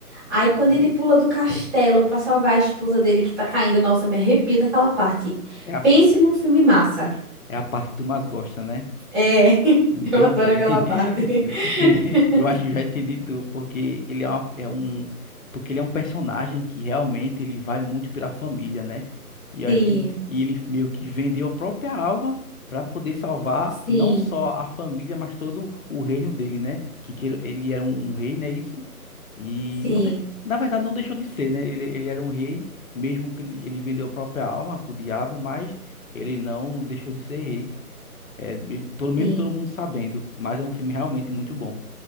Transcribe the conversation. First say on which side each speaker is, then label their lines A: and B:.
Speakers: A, in the centre; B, on the left.
A: Aí
B: Uhum.
A: quando ele pula do castelo pra salvar a esposa dele que tá caindo, nossa, me arrepio naquela parte.
B: É a
A: Pense num filme massa.
B: É a parte que tu mais gosta, né?
A: É, <laughs>
B: Entendi.
A: eu adoro aquela
B: <laughs>
A: parte. <laughs>
B: Eu que ente- eu acho que eu já entendi tudo, porque ele é, uma- é um, porque ele é um personagem que realmente ele vai muito pela família, né? E eu
A: Sim,
B: acho que ele, e ele meio que vendeu a própria alma para poder salvar
A: sim,
B: não só a família, mas todo o reino dele, né? Que queira- ele era um, um rei, né? Isso. E
A: sim,
B: não, de- na verdade não deixou de ser, né? Ele, ele era um rei, mesmo que ele, ele vendeu a própria alma pro diabo, mas ele não deixou de ser rei. É, be- todo, mesmo
A: sim.
B: todo mundo sabendo, mas é um filme realmente muito bom.